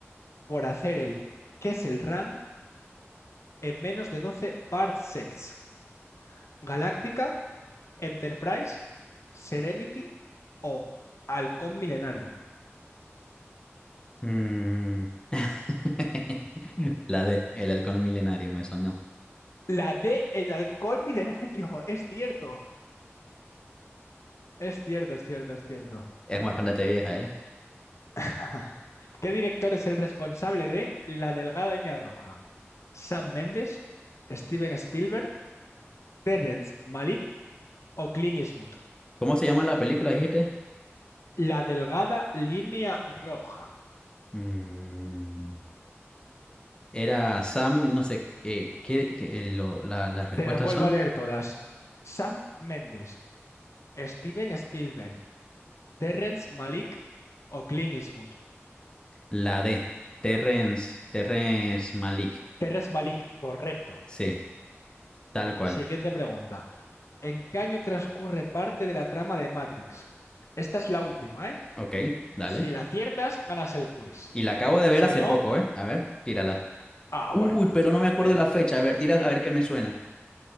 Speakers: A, on the left; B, on the left.
A: por hacer el Kessel Run en menos de 12 parsecs. Galáctica, Enterprise, Serenity o Halcón Milenario.
B: Mm, <laughs> la de El Halcón Milenario me sonó.
A: La D, el Halcón Milenario, <laughs> es cierto. Es cierto, es cierto, es cierto.
B: Es bastante vieja, ¿eh?
A: <laughs> ¿Qué director es el responsable de La Delgada Línea Roja? ¿Sam Mendes, Steven Spielberg, Terrence Malick o Clint Eastwood?
B: ¿Cómo se llama la película, dijiste?
A: La Delgada Línea Roja.
B: Mm, era Sam, no sé, eh, ¿qué, qué- eh, lo- la- las respuestas
A: Te las vuelvo
B: son?
A: a leer todas. Sam Mendes, Steven Spielberg, Terrence Malick o Clint Eastwood.
B: La D, Terrence, Terrence Malik.
A: Terrence Malick, correcto.
B: Sí, tal cual.
A: Siguiente pregunta. ¿En qué año transcurre parte de la trama de Matrix? Esta es la última, ¿eh?
B: Ok, dale.
A: Si la aciertas, ganas el quiz.
B: Y la acabo de
A: Si
B: ver hace
A: no,
B: poco, ¿eh? A ver, tírala.
A: ah,
B: Uy,
A: bueno.
B: pero no me acuerdo
A: Eh,
B: de la fecha. A ver, tira, a ver qué me suena.